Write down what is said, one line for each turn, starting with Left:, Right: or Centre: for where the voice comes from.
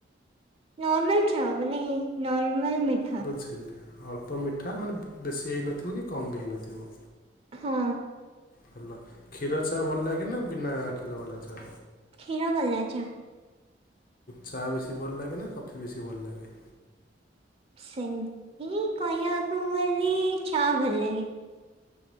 Right: ମାନେ ନର୍ମାଲ ମାନେ ନର୍ମାଲ ମି
Left: ବୁଝିଲେ ଅଳ୍ପ ମିଠା ମାନେ ବେଶୀ ହେଇନଥିବ କି କମ୍ ବି ହେଇନଥିବ।
Right: ହଁ।
Left: ଭଲ କ୍ଷୀର ଚା ଭଲ ଲାଗେ ନା ବିନା କ୍ଷୀର ବାଲା ଚା?
Right: ଖୀର ଵାଲା ଚା।
Left: ଚା ବେଶୀ ଭଲ ଲାଗେ ନା କଫି ବେଶୀ ଭଲ ଲାଗେ?
Right: ସେମତି କହିବାକୁ ଗଲେ ଚା ଭଲଲାଗେ।